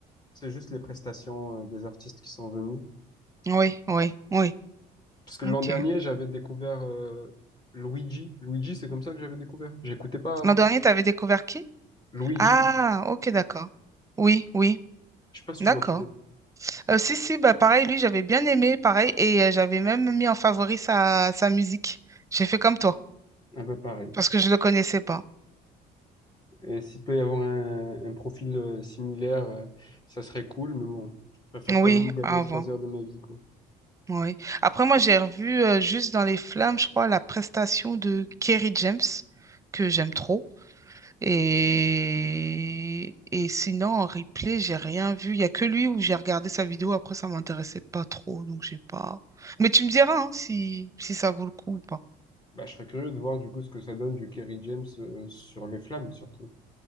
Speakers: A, on the left (about 25°); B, on the right (about 20°).
A: C'est juste les prestations euh, des artistes qui sont venus.
B: Oui, oui, oui,
A: Parce que
B: ok.
A: l'an dernier, j'avais découvert euh, Luigi. Luigi, c'est comme ça que j'avais découvert. J'écoutais pas avant.
B: L'an dernier, t'avais découvert qui?
A: Luigi.
B: Ah, ok, d'accord. Oui, oui,
A: Je sais pas si
B: d'accord.
A: tu vois qui c'est.
B: Euh, si, si, bah pareil, lui, j'avais bien aimé, pareil, et euh, j'avais même mis en favori sa, sa musique. J'ai fait comme toi,
A: Un peu pareil.
B: parce que je le connaissais pas.
A: Et s'il peut y avoir un, un profil euh, similaire, euh, ça serait cool, mais bon, je préfère
B: Oui,
A: quand même gagner
B: avant.
A: trois heures de ma vie, quoi.
B: Oui. Après, moi, j'ai revu euh, juste dans les flammes, je crois, la prestation de Kerry James, que j'aime trop. Et... et sinon, en replay, j'ai rien vu. Il n'y a que lui où j'ai regardé sa vidéo. Après, ça m'intéressait pas trop, donc j'ai pas. Mais tu me diras hein, si... si ça vaut le coup ou pas.
A: Bah, je serais curieux de voir du coup ce que ça donne du Kerry James euh, sur les flammes, surtout.